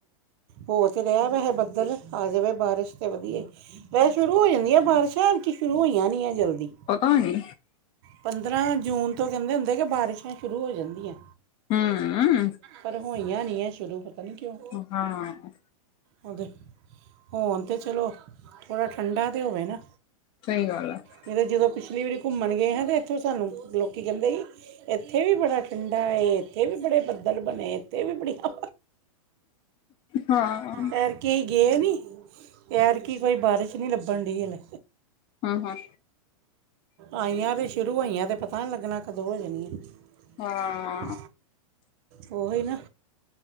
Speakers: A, on the right (about 45°); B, on the left (about 30°).
A: ਹੋ ਤੇ ਰਿਹਾ ਵੈਸੇ ਬੱਦਲ, ਆ ਜਾਵੇ ਬਾਰਿਸ਼ ਤੇ ਵਧੀਆ। ਵੈਸ ਸ਼ੁਰੂ ਹੋ ਜਾਂਦੀ। ਆਂ ਬਾਰਿਸ਼ਾਂ, ਐਤਕੀ ਸ਼ੁਰੂ ਹੋਇਆ ਣੀ ਜਲਦੀ।
B: ਪਤਾ ਨੀ
A: ਪੰਦਰਾਂ ਜੂਨ ਤੋਂ ਕਹਿੰਦੇ ਹੁੰਦੇ, ਕਿ ਬਾਰਿਸ਼ਾਂ ਸ਼ੁਰੂ ਹੋ ਜਾਂਦੀਆਂ।
B: ਹਮ
A: ਪਰ ਹੋਈਆਂ ਨਹੀਂ ਹੈ। ਸ਼ੁਰੂ ਪਤਾ ਨਹੀਂ ਕਿਉਂ?
B: ਹਾਂ
A: ਉਹਦੇ, ਹੋਣ ਤੇ ਚਲੋ, ਥੋੜਾ ਠੰਡਾ ਤੇ ਹੋਵੇ ਨਾ
B: ਸਹੀ ਗੱਲ ਆ ਐ।
A: ਨਹੀਂ ਤਾਂ ਜਦੋਂ। ਪਿਛਲੀ ਵਾਰੀ ਘੁੰਮਣ ਗਏ ਹਾਂ ਤਾਂ, ਇੱਥੋਂ ਸਾਨੂੰ ਲੋਕੀ ਕੈਂਦੇ ਸੀ। ਇੱਥੇ ਵੀ ਬੜਾ ਠੰਡਾ ਏ। ਇੱਥੇ ਵੀ ਬੜੇ ਬੱਦਲ ਬਣੇ, ਇੱਥੇ ਵੀ ਬੜੀਆਂ।
B: ਹਾਂ ਹਮ
A: ਐਤਕੀ ਗਏ ਨਹੀਂ? ਐਦਕੀ ਕੋਈ ਬਾਰਿਸ਼ ' ਨਹੀਂ ਲੱਭਣ ਡਇ ਅਜੇ।
B: ਹਾਂ- ਹਾਂ!
A: ਆਈਆਂ ਤੇ, ਸ਼ੁਰੂ ਹੋਈਆਂ ਤੇ ਪਤਾ ਪਤਾ ਨਹੀਂ ਲੱਗਣਾ ਕਦੋਂ ਹੋ ਜਾਣੀ ਆ।
B: ਹਾਂ
A: ਉਹੀ ਨਾ